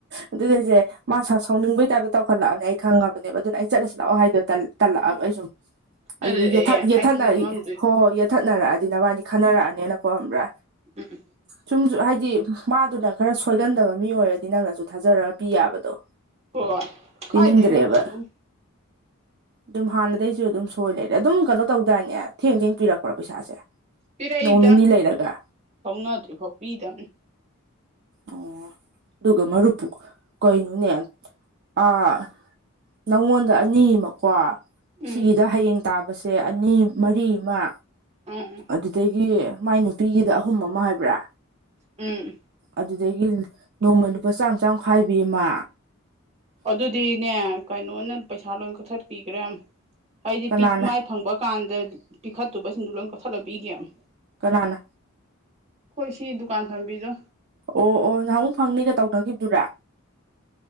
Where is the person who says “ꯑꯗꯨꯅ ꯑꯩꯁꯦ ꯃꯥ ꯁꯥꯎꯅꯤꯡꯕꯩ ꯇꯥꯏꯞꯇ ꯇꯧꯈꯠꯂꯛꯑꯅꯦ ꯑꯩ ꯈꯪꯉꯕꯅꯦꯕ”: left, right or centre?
Right